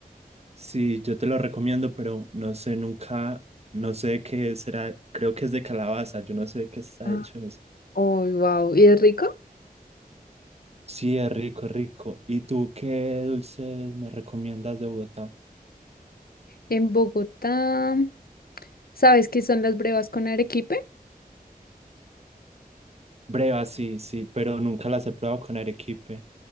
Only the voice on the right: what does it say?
Sí, yo te lo recomiendo, pero no sé nunca, no sé de qué será, creo que es de calabaza, yo no sé de qué está
hecho eso.
Sí, es rico, es rico. ¿Y tú qué dulces me recomiendas de Bogotá?
Brevas, sí, sí, pero nunca las he probado con arequipe.